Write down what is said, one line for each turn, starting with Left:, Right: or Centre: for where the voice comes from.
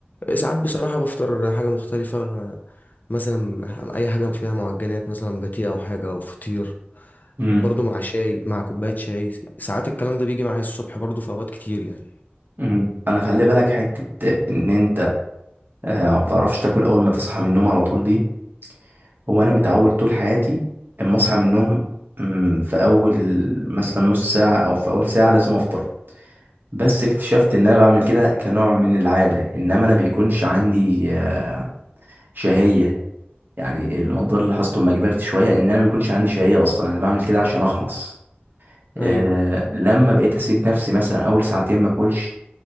Left: ساعات بصراحة بفطر حاجة مختلفة مثلا أي حاجة فيها معجنات مثلا باتيه أو حاجة أو فطير
Right: مم.
Left: برضو مع شاي مع كوباية شاي ساعات الكلام ده بيجي معايا الصبح برضو في أوقات كتير يعني
Right: مم. انا خلي بالك حته ان انت آه، ما بتعرفش تاكل اول ما تصحى من النوم على طول دي هو انا متعود طول حياتي اما اصحى من النوم أمم، في اول مثلا نص ساعه او في اول ساعه لازم افطر بس اكتشفت ان انا بعمل كده كنوع من العاده انما انا بيكونش عندي آه، شهيه يعني الموضوع اللي لاحظته لما كبرت شويه ان انا بيكونش عندي شهيه اصلا انا بعمل كده عشان اخلص
Left: أيوه
Right: آه، لما بقيت اسيب نفسي مثلا اول ساعتين ما اكلش